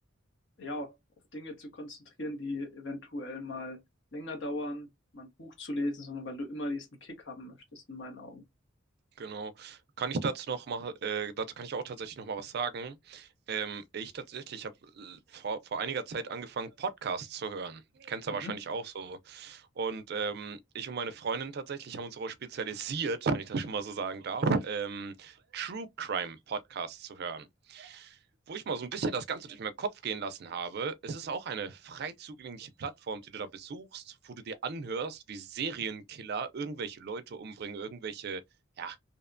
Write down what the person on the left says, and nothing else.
ja, auf Dinge zu konzentrieren, die eventuell mal länger dauern, mal ein Buch zu lesen, sondern weil du immer diesen Kick haben möchtest, in meinen Augen.
Mhm.